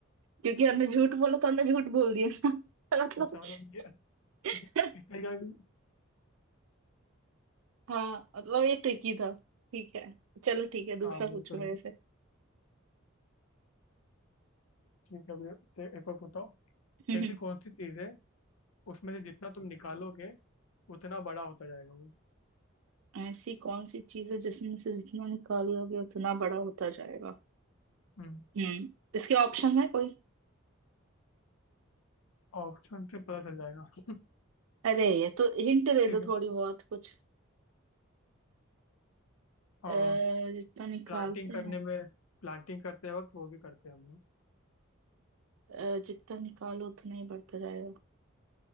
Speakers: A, on the right; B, on the left.
A: क्योंकि हमने झूठ बोला तो हमने झूठ बोल दिया ना <laughs> मतलब
B: अच्छा मतलब ये ये
A: <laughs>
B: इसका क्या भी
A: हाँ मतलब ये ट्रिकी था ठीक है चलो ठीक है दूसरा
B: हाँ
A: पूछो
B: वो तो
A: मेरे
B: है
A: से
B: ठीक है अभी ते- एक और बताओ
A: <laughs>
B: ऐसी कौन सी चीज है उसमें से जितना तुम निकालोगे उतना बड़ा होता जाएगा वो
A: ऐसी कौन सी चीज है जिसमें से जितना निकालोगे उतना बड़ा होता जाएगा
B: हम्म
A: हम्म इसके ऑप्शन है कोई
B: ऑप्शन से पता चल जाएगा <laughs>
A: अरे ये तो हिंट दे
B: ठीक
A: दो
B: है
A: थोड़ी बहुत कुछ अ,
B: और
A: जितना निकालते
B: प्लांटिंग करने
A: हैं
B: में प्लांटिंग करते वक्त वो भी करते हैं हम लोग
A: अ, जितना निकालो उतना ही बढ़ता जाएगा